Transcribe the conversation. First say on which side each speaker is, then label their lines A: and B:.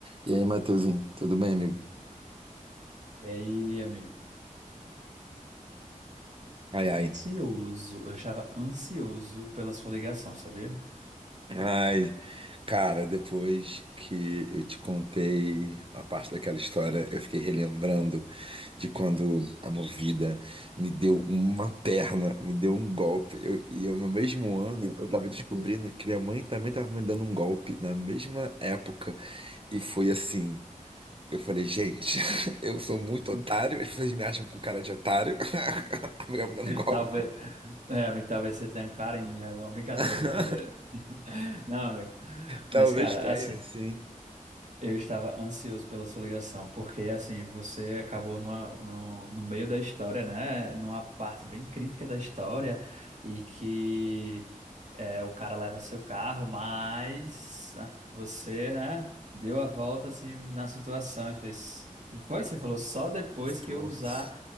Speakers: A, on the right (about 40°); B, on the right (about 60°).
A: E aí, Matheusinho, tudo bem, amigo?
B: E aí, amigo?
A: Ai, ai.
B: Ansioso, eu estava ansioso pela sua ligação, sabia?
A: Ai, cara, depois que eu te contei a parte daquela história, eu fiquei relembrando de quando a Movida me deu uma perna, me deu um golpe. Eu- e eu, no mesmo ano, eu tava descobrindo que minha mãe também tava me dando um golpe na mesma época. E foi assim. Eu falei, gente, <laughs> eu sou muito
B: <laughs>
A: otário, as pessoas me acham com cara de otário. <laughs> A mulher me dando um golpe.
B: Talvez, é, amigo, talvez você tenha um carinho, alguma brincadeira,
A: <laughs>
B: brincadeira. Não, amigo.
A: Talvez
B: Mas, cara,
A: tenha,
B: assim,
A: sim.
B: eu estava ansioso pela sua ligação, porque, assim, você acabou numa, no, no meio da história, né? Numa parte bem crítica da história, e que É, o cara leva seu carro, mas ah, você, né, deu a volta assim na situação e fez. Não foi? Você falou só depois que
A: Força.
B: eu usar